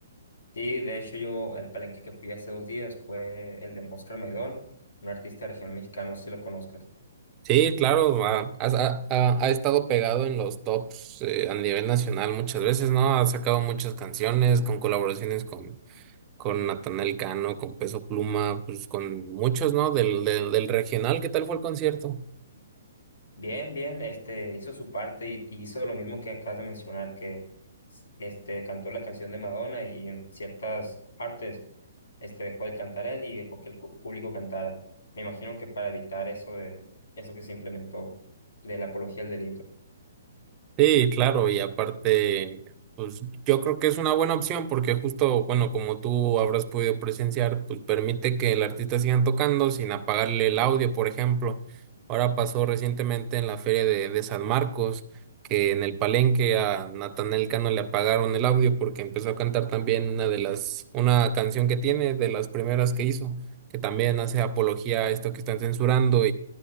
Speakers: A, on the left; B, on the right.
A: Sí, de hecho yo, el palenque que fui hace dos días fue el de Oscar Maidón, un artista regional mexicano, no sé si lo conozcas.
B: Sí, claro, ha, ha- ha- ha estado pegado en los tops eh, a nivel nacional muchas veces, ¿no? Ha sacado muchas canciones con colaboraciones con, con Natanael Cano, con Peso Pluma, pues con muchos, ¿no? Del, del, del regional, ¿qué tal fue el concierto?
A: Bien, bien, este hizo su parte y, y hizo lo mismo que acabas de mencionar, que s- este cantó la canción de Madonna y en ciertas partes este dejó de cantar él y dejó que el cu- público cantara. Me imagino que para evitar eso de eso que se implementó de la apología del delito.
B: Sí, claro, y aparte, pues yo creo que es una buena opción porque justo, bueno, como tú habrás podido presenciar, pues permite que el artista siga tocando sin apagarle el audio, por ejemplo. Ahora pasó recientemente en la feria de, de San Marcos, que en el palenque a Natanael Cano le apagaron el audio porque empezó a cantar también una de las, una canción que tiene, de las primeras que hizo, que también hace apología a esto que están censurando